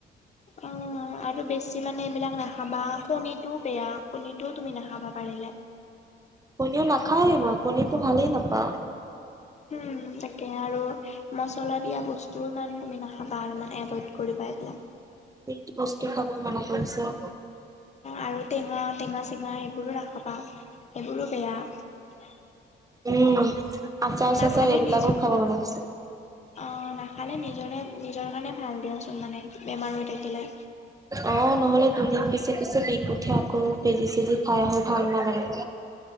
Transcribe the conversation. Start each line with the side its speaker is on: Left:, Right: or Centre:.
Left: অঁ! আৰু বেছি মানে এইবিলাক নাখাবা। কণীটোও বেয়া কণীটোও তুমি নাখাবা পাৰিলে।
Right: কণীও নাখাওঁৱেই মই কণীতো ভালেই নাপাওঁ।
Left: উম! তাকে আৰু মচলা দিয়া বস্তু জোৰ মানে তুমি নাখাবা অলপমান এভইড কৰিব এইবিলাক।
Right: যিটি বস্তু খাব মানা কৰিছে।
Left: আৰু টেঙা টেঙা-চেঙা সেইবোৰো নাখাবা সেইবোৰো বেয়া।
Right: উম। আচাৰ চাচাৰ
Left: নাখালে
Right: এইবিলাকো
Left: নিজৰ
Right: খাব মনা কৰিছে।
Left: অঁ নাখালে নিজৰে নিজৰ কাৰণে ভাল দিয়া চোন মানে বেমাৰ হৈ থাকিলে।
Right: অঁ! নহ'লে দুদিন পিছে-পিছে বিষ উঠে আকৌ। বেজি-চেজি খাই আহোঁ ভাল নালাগে ন।